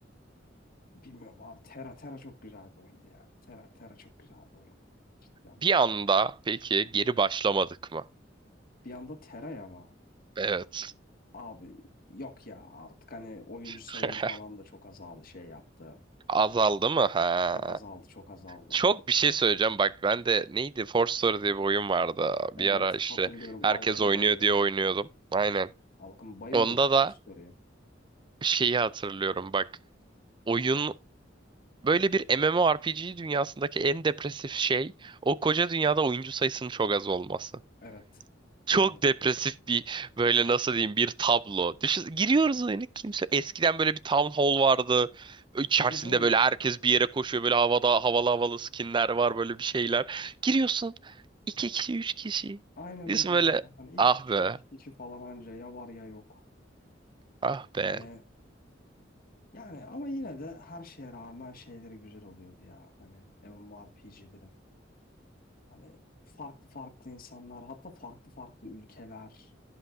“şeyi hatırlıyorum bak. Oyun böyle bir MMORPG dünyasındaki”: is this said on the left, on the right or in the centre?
Right